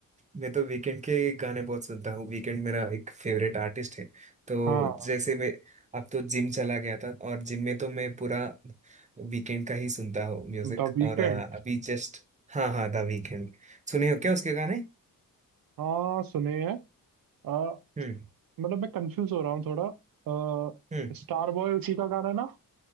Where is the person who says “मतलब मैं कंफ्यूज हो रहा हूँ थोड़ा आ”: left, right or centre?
Right